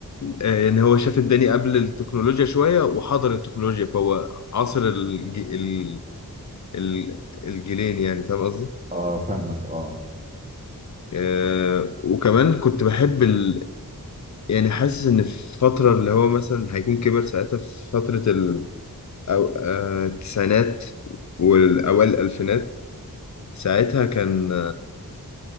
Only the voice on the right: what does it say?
اه فاهمك اه